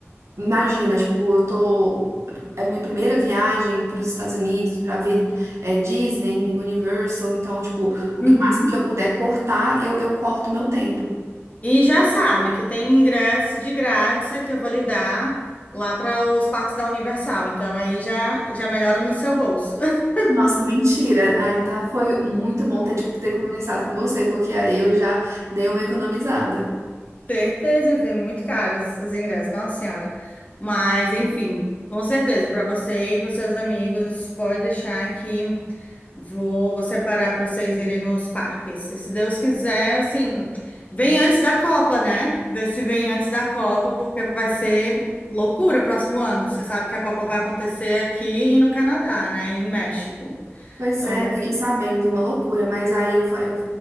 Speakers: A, on the right; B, on the left.
A: imagina, tipo, eu tô. É a minha primeira viagem para os Estados Unidos para ver é, Disney, Universal. Então, tipo, o
B: uhum.
A: que mais que eu puder cortar, eu, eu corto meu tempo.
B: E já sabe que tem ingresso de graça que eu vou lhe dar lá para os parques da Universal. Então aí já, já melhora no seu bolso. <laughs>
A: Nossa, mentira. Ah, então foi muito bom ter, tipo, ter conversado com você, porque aí eu já dei uma economizada.
B: Certeza, meu filho, muito caros os ingressos, nossa senhora. Mas enfim, com certeza, para você e para seus amigos, pode deixar que Vou, vou separar para vocês irem nos parques. E se Deus quiser, assim, vem antes da Copa, né? Vê se vem antes da Copa, porque vai ser loucura próximo ano. Você sabe que a Copa vai acontecer aqui e no Canadá, né? E no México.
A: Pois
B: Então,
A: é,
B: vai...
A: eu fiquei sabendo uma loucura, mas aí eu, fa- eu